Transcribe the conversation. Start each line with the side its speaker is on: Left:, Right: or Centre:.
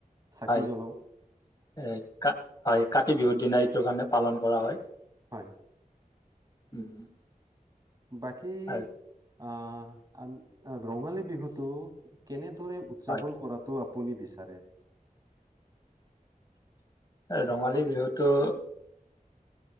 Right: চাকি
Left: হয়
Right: জ্বলাওঁ।
Left: এ কা হয় কাতি বিহুৰ দিনা এইটোৰ কাৰণে পালন কৰা হয়।
Right: হয়
Left: উম,
Right: বাকী
Left: আৰু
Right: আহ, ৰঙালী বিহুটো কেনেদৰে উদ
Left: হয়
Right: যাপন, কৰাটো আপুনি বিচাৰে?
Left: ৰঙালী বিহুটো